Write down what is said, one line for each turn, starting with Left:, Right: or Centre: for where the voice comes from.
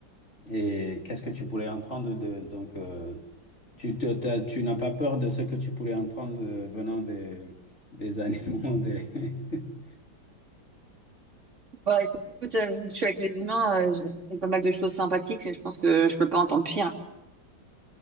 Left: Et qu'est-ce que tu pourrais entendre de, donc euh, tu te- t'as- tu n'as pas peur de ce que tu pourrais entendre euh, venant des, des animaux, des- <laughs>
Right: Bon, écoute, euh, je suis avec les humains, euh, j'ai fait pas mal de choses sympathiques, je pense que je peux pas entendre pire.